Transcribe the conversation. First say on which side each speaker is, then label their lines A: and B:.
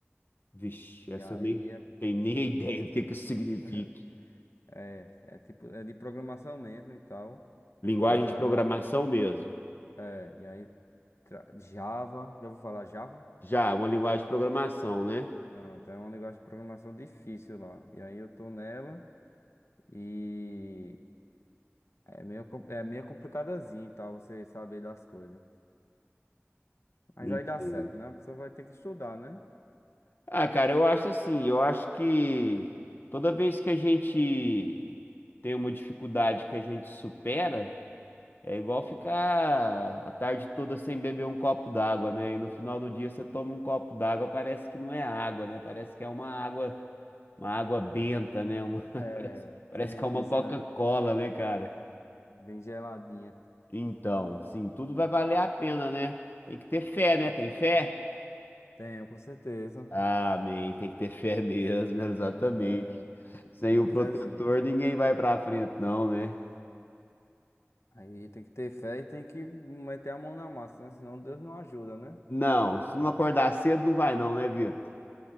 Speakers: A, on the left; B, on the left.
A: Vixe,
B: E
A: essa
B: aí
A: eu nem
B: é
A: tenho nem a <laughs> ideia do que que isso significa.
B: <laughs> É, é tipo, é de programação mesmo e tal.
A: Linguagem
B: Trabalhar
A: de programação
B: na.
A: mesmo.
B: É, e aí, tra- Java, já vou falar Java?
A: Já, uma linguagem de programação, né?
B: Pronto, é um negócio de programação difícil lá. E aí eu tô nela e é meio, com- é meio complicadazinho e tal, você saber das coisas. Mas
A: Entendo.
B: aí dá certo, né? A pessoa vai ter que estudar, né?
A: Ah, cara, eu acho assim, eu acho que toda vez que a gente tem uma dificuldade que a gente supera, é igual ficar a tarde toda sem beber um copo d'água, né? E no final do dia você toma um copo d'água, parece que não é água, né? Parece que é uma água, uma água benta, né? Uma, <laughs>
B: É,
A: parece, parece
B: tem
A: que é uma
B: isso
A: Coca-Cola,
B: mesmo.
A: né, cara?
B: Bem geladinha.
A: Então, sim, tudo vai valer a pena, né? Tem que ter fé, né? Tem fé?
B: Tenho, com certeza.
A: Amém. Tem que ter fé mesmo, <laughs> exatamente.
B: É, tem
A: Sem
B: que ter uma
A: o protetor,
B: fezinha.
A: ninguém vai pra frente, não, né?
B: Aí tem que ter fé e tem que meter a mão na massa, né? Senão Deus não ajuda, né?
A: Não, se não acordar cedo, não vai, não, né, Vitor?